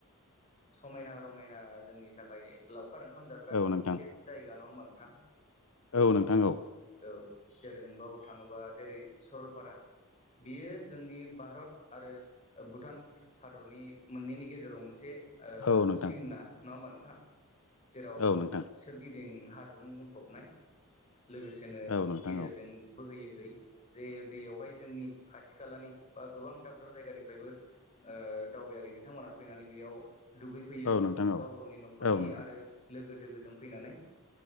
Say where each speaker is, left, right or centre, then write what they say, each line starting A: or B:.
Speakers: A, on the left; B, on the left.
A: समायना- रमायना जोंनि थाखाय लावखारा <unintelligible> ओंखाम जाग्रा
B: औ नोंथां
A: मोनसे जायगा नङा होनबा नोंथां?
B: औ नोंथां औ।
A: औ जेरै जों बाव थाङोबा जेरै सरलपारा बेयो जोंनि भारत आरो भुटान हादरनि मोननैनि गेजेराव मोनसे ओ
B: औ नोंथां
A: सिमना नङा होमा नोंथां जेराव
B: औ नोंथां
A: सोरगिदिं <unintelligible> हाजोजों बुंफबनाय लोगोसेनो
B: औ नोंथां
A: गेजेरजों
B: औ
A: बोहैयो दै जे दैयावहाय जोंनि खाथि -खालानि बा गोबां दाब- दाब जायगानिफ्रायबो ओ ओ दावबायारि बिथांमोना फैनानै बेयाव दुगैफैयो
B: औ नोंथां औ
A: गाव- गावनि न'खरनि
B: औ नोंथां
A: आरो लोगो दोगोजों फैनानै।